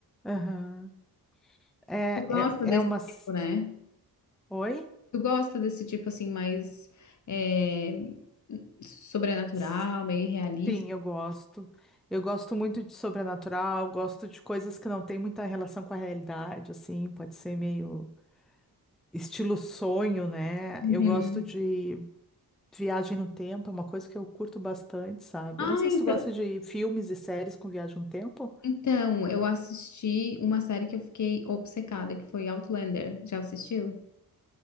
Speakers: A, in the centre; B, on the left.
A: aham. É,
B: Tu gosta
A: é, é
B: desse
A: umas.
B: tipo, né?
A: Oi?
B: Tu gosta desse tipo, assim, mais é, sobrenatural,
A: S-
B: meio realista?
A: Sim, eu gosto. Eu gosto muito de sobrenatural, gosto de coisas que não têm muita relação com a realidade, assim, pode ser meio estilo sonho, né?
B: Uhum.
A: Eu gosto de Viagem no tempo é uma coisa que eu curto bastante, sabe?
B: Ah,
A: Eu não sei
B: então.
A: se tu gosta de filmes e séries com viagem no tempo.
B: Então, eu assisti uma série que eu fiquei obcecada, que foi Outlander. Já assistiu?